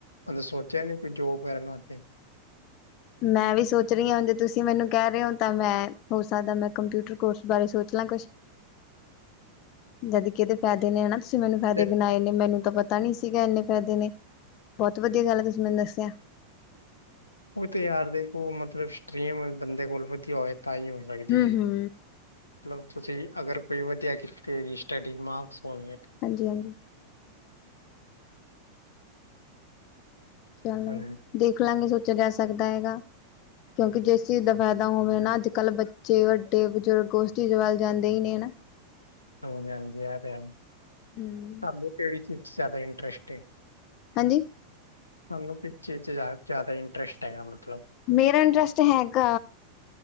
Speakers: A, on the left; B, on the left.
A: ਮਤ ਸੋਚਿਆ ਨੀ ਕੋਈ ਜੋਬ ਕਰਣ ਵਾਸਤੇ।
B: ਮੈ ਵੀ ਸੋਚ ਰਹੀ ਹਾਂ ਹ ਜੇ ਤੁਸੀ ਮੈਨੂੰ ਕਹਿ ਰਹੇ ਹੋ ਤਾਂ ਮੈਂ ਹੋ ਸਕਦਾ ਮੈ ਕੰਪਿਊਟਰ ਕੋਰਸ ਬਾਰੇ ਸੋਚ ਲਾਂ ਕੁਛ।
A: <inaudible>
B: ਜਦ ਕਿ ਇਹਦੇ ਫਾਇਦੇ ਨੇ ਨਾ। ਤੁਸੀ ਮੈਨੂੰ ਫਾਇਦੇ
A: ਤੇ
B: ਗਣਾਏ ਨੇ ਮੈਨੂੰ ਤਾਂ ਪਤਾ ਨੀ ਸੀਗਾ। ਇਨੇ ਫਾਇਦੇ ਨੇ ਬਹੁਤ ਵਧੀਆ ਗਲ ਹੈ। ਤੁਸੀ ਮੈਨੂੰ ਦਸਿਆ।
A: ਉਹ ਤਾਂ ਯਾਰ ਦੇਖੋ ਮਤਲਬ ਸਟਰੀਮ ਬੰਦੇ ਕੋਲ ਵਧੀਆ ਹੋਵੇ ਤਾਂ ਹੀ ਹੋ ਸਕਦੀ
B: ਹੂੰ-ਹੂੰ।
A: ਹੈ। ਮਤਲਬ ਤੁਸੀ ਅਗਰ ਕੋਈ ਵਧੀਆ ਕੀਤੀ ਹੋ ਸਟੱਡੀ ਮਾਕਸ ਹੋਣ
B: ਹਾਂਜੀ- ਹਾਂਜੀ। ਚਲੋ
A: ਹਾਂਜੀ
B: ਦੇਖ ਲਾਂਗੇ ਸੋਚਿਆ ਜਾ ਸਕਦਾ ਹੈਗਾ। ਕਿਉਕਿ ਜਿਸ ਚੀਜ਼ ਦਾ ਫਾਇਦਾ ਹੋਵੇ ਨਾ ਅੱਜ ਕਲ ਬੱਚੇ ਵੱਡੇ ਬਜ਼ੁਰਗ ਉਸ ਚੀਜ ਵਲ ਜਾਂਦੇ ਹੀ ਨੇ ਹਨਾ।
A: <inaudible> ਹਾਂਜੀ-
B: ਹੂੰ,
A: ਹਾਂਜੀ ਕਿਹੜੀ ਚੀਜ਼ 'ਚ ਜ਼ਿਆਦਾ ਇੰਟਰਸਟ ਹੈ।
B: ਹਾਂਜੀ।
A: ਸਾਨੂੰ ਕਿਸ ਚੀਜ਼ 'ਚ ਜ਼ਿਆਦਾ ਇੰਟਰਸਟ ਹੈਗਾ। ਮਤਲਬ
B: ਮੇਰਾ ਇੰਟਰਰੇਸਟ ਹੈਗਾ।